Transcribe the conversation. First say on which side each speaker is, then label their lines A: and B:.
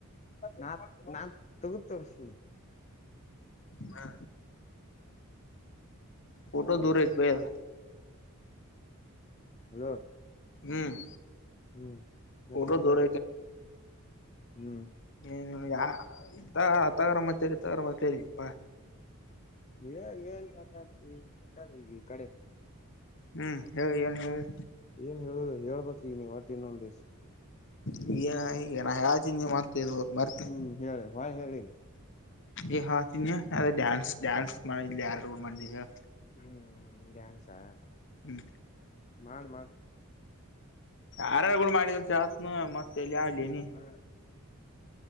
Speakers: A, on the left (about 30°); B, on the left (about 55°).
A: ನಾ ನಾ ತಗದ್ ತೋರಸ್ತನ
B: ವಾ ಫೋಟೋ
A: ಹಾ
B: ದೂರ ಐತಿ ಬೈ ಅದ
A: ಹಲೋ
B: ಹ್ಮ್
A: ಹ್ಮ್ ಮತ್ತೇನ್
B: ಫೋಟೋ
A: ಮಾಡಾತಿ
B: ದೂರ
A: ಹ್ಮ್
B: ಏ ಇವನಗಾ ಯ ಅತ್ತಗರ ಮತ್ ಇತ್ತಾಗರ ಮತ್ ಸರಿಪ್ಪಾ
A: ಹೇಳ್ ಏನ್ ಮಾತಾಡ್ತಿ ಮಾತಾಡು ಈಗ ಕಡೆ
B: ಹ್ಮ್ ಹೇಳ್ ಏನ್ ಹೇಳ್
A: ಏನ್ ಹೇಳುದು ಹೇಳ್ಬಕ್ ಈಗ ನೀ ಒಟ್ಟ ಇನ್ನೊಂದಿಷ್ಟು
B: ಏನ್ ಹಾ ಈಗ ನಾ ಹೇಳಾತಿದ್ಯಾ ಮತ್ ಇದು ಹೋತ ಮರ್ತ್ಯಾ
A: ಹ್ಮ್ ಹೇಳ ಹೊಳ್ ಹೇಳ ಈಗ
B: ಏನ್ ಹೇಳಾತಿದ್ಯಾ ಅದ ಡ್ಯಾನ್ಸ್ ಡ್ಯಾನ್ಸ್ ಮಾಡಿದ್ಲ್ಯಾ ಯಾರಗುಡ ಮಾಡಿಹೇಳ
A: ಹ್ಮ್ ಡ್ಯಾನ್ಸಾ
B: ಹ್ಮ್
A: ಮಾಡ್ ಮಾಡ್
B: ಯಾರ್ಯಾಗುಡ್ ಮಾಡಿದಿ ಅಂತ ಕೆಳಾತ್ನು ಮತ್ತ ಲ್ಯಾಡ್ಲಿನಿ
A: ಹಾ